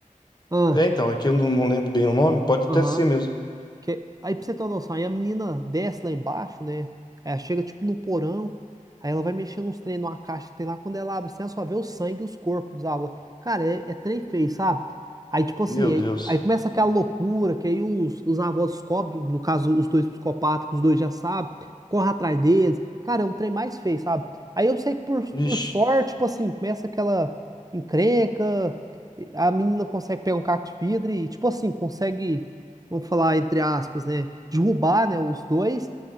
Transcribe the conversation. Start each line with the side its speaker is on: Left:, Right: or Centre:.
Right: Ah.
Left: É, então, é que eu não, não lembro bem o nome. Pode até
Right: Aham.
Left: ser mesmo.
Right: Que, aí pra você ter uma noção, aí a menina desce lá embaixo, né? Ela chega tipo no porão, aí ela vai mexendo uns trem numa caixa que tem lá, quando ela abre, você só vê o sangue e os corpos dos avós. Cara, é, é trem feio, sabe? Aí tipo assim,
Left: Meu Deus.
Right: aí, aí começa aquela loucura, que aí os, os avós descobrem, no caso os dois psicopatas, que os dois já sabem, corre atrás deles. Cara, é um trem mais feio, sabe? Aí eu sei que por,
Left: Vixe.
Right: por sorte, tipo assim, começa aquela encrenca, a menina consegue pegar um cacto de vidro e tipo assim, consegue vamos falar entre aspas, né, derrubar, né, os dois.